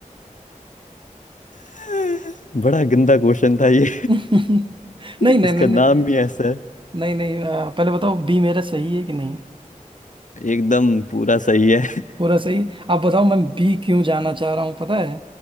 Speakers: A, on the left (about 65°); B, on the right (about 35°).
A: <laughs> बड़ा गंदा क्वेश्चन था ये
B: <laughs> नहीं
A: <laughs>
B: नहीं
A: इसका
B: नहीं
A: नाम
B: नहीं
A: ही ऐसा है
B: नहीं नहीं आ, पहले बताओ बी मेरा सही है कि नहीं
A: एकदम पूरा सही है <laughs> अ,
B: पूरा सही आप बताओ मैं बी क्यों जाना चाह रहा हूँ पता है